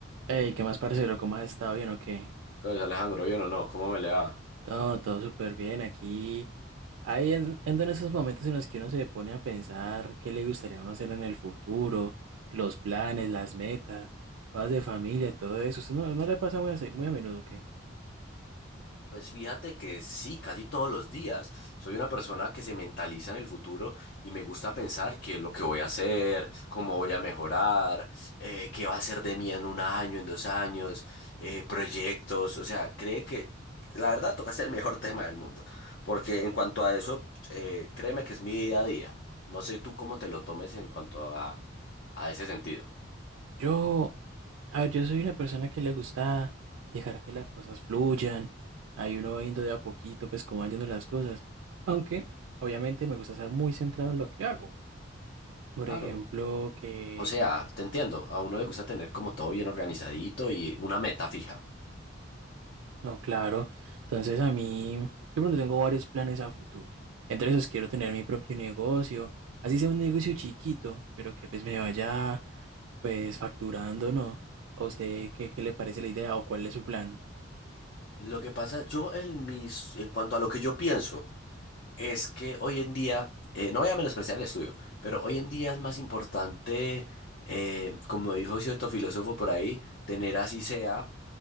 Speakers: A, on the right (about 80°); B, on the left (about 55°).
A: Ey, ¿qué más, parcero? ¿Cómo has estado? ¿Bien o qué?
B: Entonces, Alejandro, ¿bien o no? ¿Cómo me le va?
A: No, todo súper bien. Aquí, ahí en- ando en esos momentos en los que uno se pone a pensar qué le gustaría a uno hacer en el futuro, los planes, las metas, cosas de familia, todo eso. ¿Usted no, no le pasa muy a, se- muy a menudo, qué?
B: Pues fíjate que sí, casi todos los días. Soy una persona que se mentaliza en el futuro y me gusta pensar qué es lo que voy a hacer, cómo voy a mejorar, eh, qué va a ser de mí en un año, en dos años, eh, proyectos. O sea, cree que la verdad tocaste el mejor <laughs> tema del mundo. Porque en cuanto a eso, eh, créeme que es mi día a día. No sé tú cómo te lo tomes en cuanto a, a ese sentido.
A: Yo, a ver, yo soy una persona que le gusta dejar que las cosas fluyan. Ahí uno va viendo de a poquito, pues, cómo van yendo las cosas. Aunque, obviamente, me gusta estar muy centrado en lo que hago. Por
B: Claro.
A: ejemplo, que
B: O sea, te entiendo, a uno le gusta tener como todo bien organizadito y una meta fija.
A: No, claro. Entonces a mí, yo pronto tengo varios planes a futuro. Entre esos quiero tener mi propio negocio, así sea un negocio chiquito, pero que pues me vaya pues facturando, ¿no? ¿A usted qué, qué le parece la idea o cuál es su plan?
B: Lo que pasa, yo en mis, en cuanto a lo que yo pienso, es que hoy en día, eh, no voy a menospreciar el estudio, pero hoy en día es más importante, eh, como dijo cierto filósofo por ahí, tener así sea